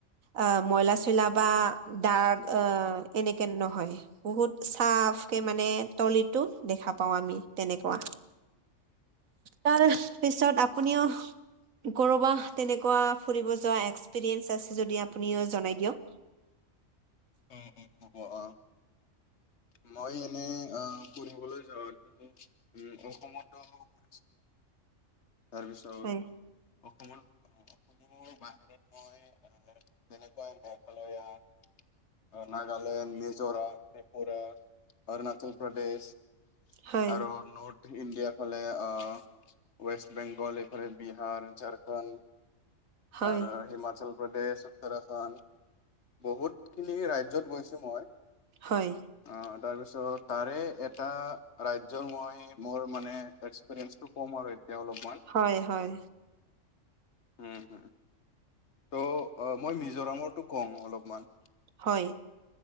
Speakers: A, on the right; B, on the left.
A: আ মইলা চইলা বা দাগ আ এনেকে নহয়। বহুত চাফকে মানে তলিটো দেখা পাও আমি তেনেকুৱা। তাৰপিছত আপুনিও কৰবাত তেনেকুৱা ফুৰিব যোৱা এক্সপেৰেইঞ্চ আছে যদি আপুনিও জনায় দিয়ক।
B: অ অ কি কব আ মই এনে অ ফুৰিবলৈ যাওঁটো উম অসমতো কৰিছিলোঁ। তাৰপিছত
A: হয়
B: অসমত অসমৰ বাহিৰত মই তেনেকুৱা মেঘালয়া নাগালেণ্ড মিজোৰাম ত্ৰিপুৰা অৰুণাচল প্ৰদেশ
A: হয়
B: আৰু নৰ্থ ইণ্ডিয়াৰ ফালে আ ৱেষ্ট বেংগল এইফালে বিহাৰ ঝাৰখণ্ড
A: হয়
B: আৰু হিমাচল প্ৰদেশ উত্তৰাখণ্ড বহুতখিনি ৰাজ্যত গৈছো মই।
A: হয়।
B: অঁ তাৰপিছত তাৰে এটা ৰাজ্যয়ৰ মই মোৰ মানে এক্সপেৰিয়েন্সটো কম আৰু এতিয়া অলপ
A: হয় হয়।
B: উম হুম। ত' মই মিজোৰামৰতো কওঁ অলপমান।
A: হয়